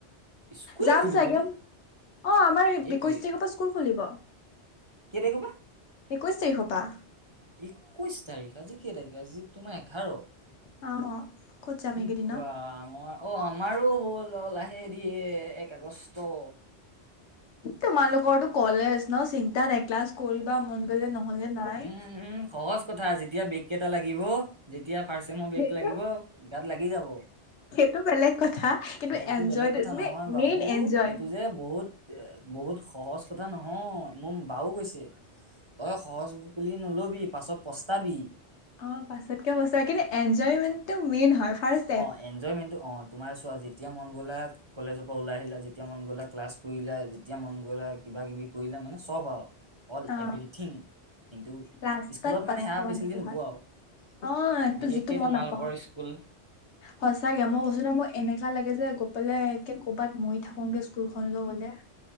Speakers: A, on the right; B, on the left.
A: স্কুলে
B: যাম
A: খুলিব
B: চাগে
A: এতিয়া
B: অ আমাৰ একৈশ
A: সেইটোৱে
B: তাৰিখৰ পৰা স্কুল খুলিব
A: কেতাৰিখ পা
B: একৈশ তাৰিখ পা
A: একৈশ তাৰিখ আজি কেই তাৰিখে আজি তোমাৰ এঘাৰ
B: অ ক'ত যাম
A: কি
B: এইকেইদিনত
A: কোৱা আমৰ অঁ আমাৰো হ'ল লাহেদি এক আগষ্ট
B: তোমালোকৰতো কলেজ ন চিন্তা নাই ক্লাছ কৰিবা মন গলে নহলে নাই
A: উম উম সহজ কথা যেতিয়া বেগ কেটা লাগিব যেতিয়া ফাৰ্ষ্ট চেমৰ ব্ৰেগ
B: সেইটো
A: লাগিব গাত লাগি যাব
B: সেইটো বেলেগ কথা কিন্তু
A: সেইটো
B: এনজয়
A: বেলেগ কথা নহয় বাবু
B: মেইন এনজয়
A: সেইটো যে বহুত বহুত সহজ কথা নহয় মোৰ বাও কৈছে তই সহজ বুলি নলবি পাছত পস্তাবি
B: অ পাছতকে পস্তা কিন্তু এনজয়মেন্টটো মেইন হয় ফাষ্ট
A: অ এনজয়মেণ্টটো অ তোমাৰ চোৱা যেতিয়া মন গ'লে কলেজৰ পৰা ওলাই আহিলা, যেতিয়া মন গলে ক্লাছ কৰিলা, যেতিয়া মন গলে কিবা- কিবি কৰিলে মানে চব আৱ অল
B: অ
A: এভৰিথিং কিন্তু
B: লাষ্টত
A: স্কুলত
B: পাছপোৱা
A: মানে সেয়া
B: মানুহটো
A: ফেচিলিটি নোপোৱা
B: হয়
A: আৱ
B: অ এইটো
A: বিশেষকে
B: যিটো মই
A: তোমালোকৰ
B: নাপাও
A: স্কুল
B: সঁচাকে মই কৈছো নহয় মোৰ এনেকা লাগে যে গোপপেলাই কৰ'ৰবাত মৰি থাকোগে স্কুলখনলৈ গ'লে